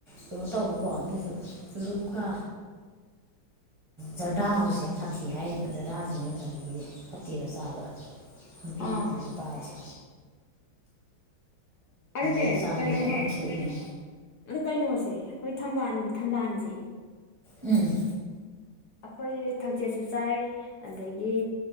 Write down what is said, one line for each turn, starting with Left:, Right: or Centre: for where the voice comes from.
Right: ꯀꯩꯅꯣ ꯇꯧꯋ ꯄꯣꯠ ꯑꯗꯨꯁꯨ ꯆꯨꯔꯨꯞꯀ ꯖꯔꯗꯥ ꯍꯥꯏꯁꯦ ꯌꯥꯝ ꯁꯥꯊꯤ ꯖꯗꯥꯁꯤꯅꯦꯅ ꯐꯗꯦꯒꯤꯁꯦ ꯐꯠꯇꯦꯕ ꯆꯥꯕꯗ ꯅꯨꯄꯤꯗꯨ
Left: ꯑꯥ
Right: ꯅꯨꯄꯥꯔꯤꯁꯦ
Left: ꯑꯗꯨꯅꯦ
Right: ꯍꯛꯆꯥꯡꯒꯤ
Left: ꯀꯩꯅꯣ
Right: ꯀꯟꯅ ꯁꯣꯛꯏꯅꯤ
Left: ꯑꯗꯨ ꯀꯩꯅꯣꯁꯦ ꯑꯩꯈꯣꯏ ꯊꯝꯕꯥꯜꯒꯤ ꯊꯝꯕꯥꯜꯁꯦ
Right: ꯎꯝ
Left: ꯑꯩꯈꯣꯏ ꯊꯥꯡꯆꯦꯠꯁꯨ ꯆꯥꯏ ꯑꯗꯒꯤ